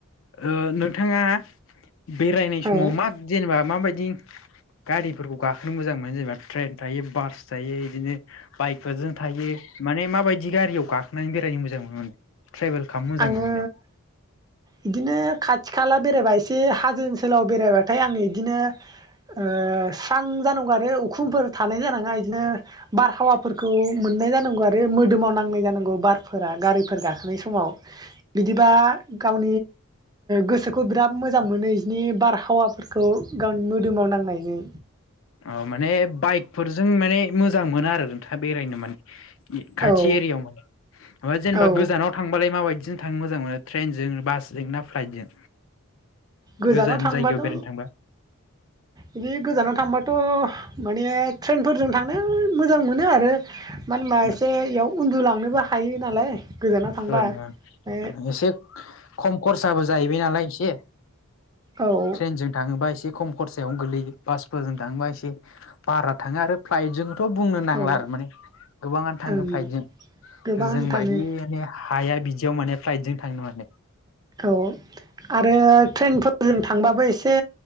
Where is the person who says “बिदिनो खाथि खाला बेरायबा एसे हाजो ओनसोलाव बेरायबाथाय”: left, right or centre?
Right